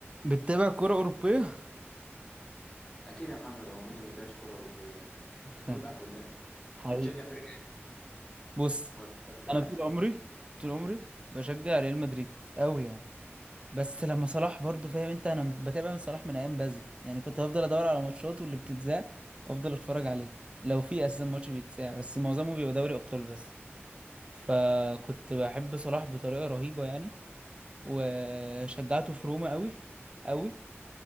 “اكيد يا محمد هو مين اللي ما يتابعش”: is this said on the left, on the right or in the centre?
Left